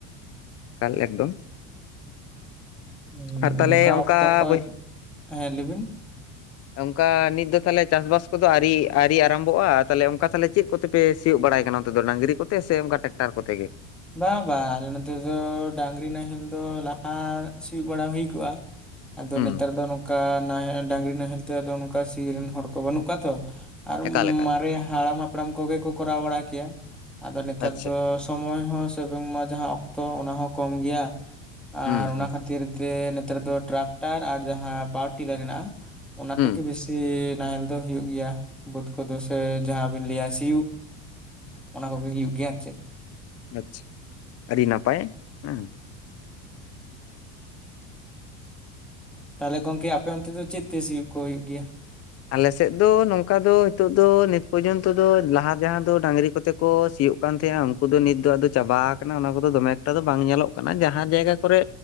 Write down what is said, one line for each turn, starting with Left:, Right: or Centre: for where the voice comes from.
Left: ᱮᱠᱟᱞ ᱮᱠᱫᱚᱢ᱾
Centre: ᱩᱸ
Left: ᱟᱨ ᱛᱟᱦᱚᱞᱮ
Centre: ᱚᱱᱠᱟ ᱚᱠᱛᱚ ᱠᱚ,
Left: ᱵᱟᱹᱭ
Centre: ᱦᱮᱸ ᱞᱟᱹᱭ ᱵᱤᱱ᱾
Left: ᱚᱱᱠᱟ ᱱᱤᱛ ᱫᱚ ᱛᱟᱦᱞᱮ ᱪᱟᱥ-ᱵᱟᱥ ᱠᱚᱫᱚ ᱟᱣᱨᱤ ᱟᱣᱨᱤ ᱟ ᱨᱟᱢᱵᱚᱜᱼᱟ ᱛᱟᱦᱚᱞᱮ ᱚᱱᱠᱟ ᱛᱟᱦᱚᱞᱮ ᱪᱮᱫ ᱠᱚᱛᱮᱯᱮ ᱥᱤᱭᱳᱜ ᱵᱟᱲᱟᱭ ᱠᱟᱱᱟ ᱚᱱᱛᱮ ᱫᱚ ᱰᱟᱝᱨᱤ ᱠᱚᱛᱮ ᱥᱮ ᱚᱱᱠᱟ ᱴᱮᱠᱴᱟᱨ ᱠᱚᱛᱮ ᱜᱮ?
Centre: ᱵᱟᱝ ᱵᱟᱝ ᱟᱞᱮ ᱱᱚᱛᱮ ᱫᱚ ᱰᱟᱝᱨᱤ ᱱᱟᱦᱮᱞ ᱫᱚ ᱞᱟᱦᱟ ᱥᱤᱭᱩᱜ ᱵᱟᱲᱟ ᱦᱩᱭ ᱠᱚᱜᱼᱟ᱾ ᱟᱫᱚ
Left: ᱦᱩᱸ
Centre: ᱱᱮᱛᱟᱨ ᱫᱚ ᱱᱚᱝᱠᱟ ᱱᱟᱦᱮᱞ ᱰᱟᱝᱨᱤ ᱱᱟᱦᱮᱞ ᱛᱮ ᱟᱫᱚ ᱱᱚᱝᱠᱟ ᱥᱤ ᱨᱮᱱ ᱦᱚᱲ ᱠᱚ ᱵᱟᱹᱱᱩᱜ ᱠᱚᱣᱟ ᱛᱚ, ᱟᱨ
Left: ᱮᱠᱟᱞ ᱮᱠᱟᱞ
Centre: ᱢᱟᱨᱮ ᱦᱟᱲᱟᱢ ᱦᱟᱯᱲᱟᱢ ᱠᱚᱜᱮ ᱠᱚ ᱠᱚᱨᱟᱣ ᱵᱟᱲᱟ ᱠᱮᱭᱟ ᱟᱫᱚ ᱱᱮᱛᱟᱨ
Left: ᱟᱪᱪᱷᱟ
Centre: ᱫᱚ ᱥᱚᱢᱚᱭ ᱦᱚᱸ ᱥᱮ ᱵᱟᱝᱢᱟ ᱡᱟᱦᱟᱸ ᱚᱠᱛᱚ ᱚᱱᱟ ᱦᱚᱸ ᱠᱚᱢ ᱜᱮᱭᱟ, ᱟᱨ
Left: ᱦᱩᱸ
Centre: ᱚᱱᱟ
Left: ᱦᱩᱸ
Centre: ᱠᱷᱟᱹ ᱠᱷᱟᱹᱛᱤᱨ ᱛᱮ ᱱᱮᱛᱟᱨ ᱫᱚ ᱴᱨᱟᱠᱴᱟᱨ ᱟᱨ ᱡᱟᱦᱟᱸ ᱯᱟᱣᱟᱨ ᱴᱤᱞᱟᱨ ᱦᱮᱱᱟᱜᱼᱟ, ᱚᱱᱟ
Left: ᱦᱩᱸ
Centre: ᱛᱮᱜᱮ ᱵᱮᱥᱤ ᱡᱮ ᱱᱟᱦᱮᱞ ᱫᱚ ᱦᱩᱭᱩᱜ ᱜᱮᱭᱟ ᱵᱟᱹᱫᱽ ᱠᱚᱫᱚ ᱥᱮ ᱡᱟᱦᱟᱸ ᱵᱤᱱ ᱞᱟᱹᱭᱟ ᱥᱤᱭᱩᱜ ᱚᱱᱟ ᱠᱚᱜᱮ ᱦᱩᱭᱩᱜ ᱜᱮᱭᱟ ᱟᱨ ᱪᱮᱫ᱾
Left: ᱟᱪᱷᱟ ᱟᱹᱰᱤ ᱱᱟᱯᱟᱭ ᱦᱮᱸ᱾
Centre: ᱛᱟᱦᱚᱞᱮ ᱜᱚᱝᱠᱮ ᱟᱯᱮ ᱚᱱᱛᱮ ᱫᱚ ᱪᱮᱫ ᱛᱮ ᱥᱤᱭᱩᱜ ᱠᱚ ᱦᱩᱭᱩᱜ ᱜᱮᱭᱟ?
Left: ᱟᱞᱮ ᱥᱮᱫ ᱫᱚ ᱱᱚᱝᱠᱟ ᱫᱚ ᱱᱤᱛᱚᱜ ᱫᱚ ᱱᱤᱛ ᱯᱚᱨᱡᱚᱱᱛᱚ ᱫᱚ ᱞᱟᱦᱟ ᱡᱟᱦᱟᱸ ᱫᱚ ᱰᱟᱹᱝᱨᱤ ᱠᱚᱛᱮ ᱠᱚ ᱥᱤᱭᱳᱜ ᱠᱟᱱ ᱛᱟᱦᱮᱸᱜ-ᱟ ᱩᱱᱠᱩ ᱫᱚ ᱱᱤᱛ ᱫᱚ ᱟᱫᱚ ᱪᱟᱵᱟ ᱟᱠᱟᱱᱟ ᱚᱱᱟ ᱠᱚᱫᱚ ᱫᱚᱢᱮ ᱮᱠᱴᱟ ᱫᱚ ᱵᱟᱝ ᱧᱮᱞᱚᱜ ᱠᱟᱱᱟ ᱡᱟᱦᱟᱸ ᱡᱟᱭᱜᱟ ᱠᱚᱨᱮ